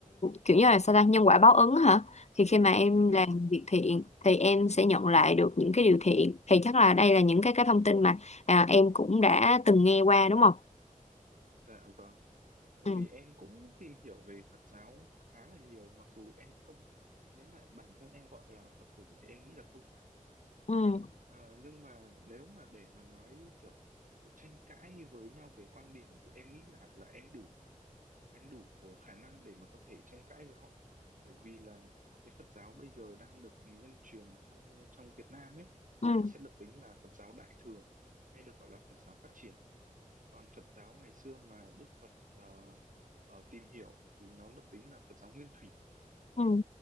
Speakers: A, on the left (about 55°); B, on the right (about 70°).
A: kiểu như là sao ta nhân quả báo ứng hả thì khi mà em
B: dạ
A: làm việc thiện thì em sẽ nhận lại được những cái điều thiện thì chắc là đây là những cái cái thông tin mà à, em cũng đã từng nghe qua đúng không
B: dạ vâng tại
A: ừ
B: vì em cũng tìm hiểu về Phật giáo khá là nhiều mặc dù em không nếu mà bản thân em gọi là Phật tử thì em nghĩ là không phải
A: ừ
B: Ờ, nhưng mà nếu mà để mà nói kiểu kiểu tranh cãi với nhau về quan điểm thì em nghĩ là là em đủ em đủ của khả năng để mà có thể tranh cãi với họ bởi vì là cái Phật giáo bây giờ đang được nhân truyền trong trong Việt Nam ấy thì
A: ừ
B: nó sẽ được tính là Phật giáo Đại thừa hay được gọi là Phật giáo phát triển còn Phật giáo ngày xưa mà Đức Phật ờ, ờ, tìm hiểu thì nó được tính là Phật giáo Nguyên thủy
A: ừ